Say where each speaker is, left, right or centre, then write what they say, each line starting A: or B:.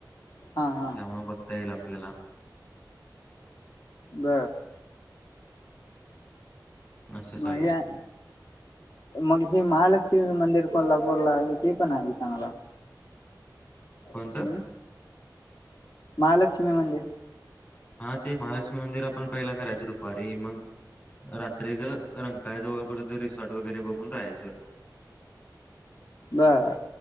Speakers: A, on the left; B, on the left.
A: हा हा
B: त्यामुळे बघता येईल आपल्याला
A: ब
B: असं
A: मग
B: चाललंय
A: हे मग हे महालक्ष्मी मंदिर कोल्हापूरला आहे ते पण आहे चांगला
B: कोणतं
A: हम्म महालक्ष्मी म्हणजे
B: हा ते महालक्ष्मी मंदिर आपण पहिला करायचं दुपारी मग रात्रीच रंकायजवळ कुठ रिसॉर्ट वगैरे बघून राहायचं
A: बर